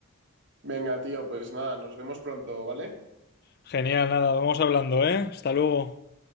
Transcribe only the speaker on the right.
Venga, tío, pues nada, nos vemos pronto, ¿vale?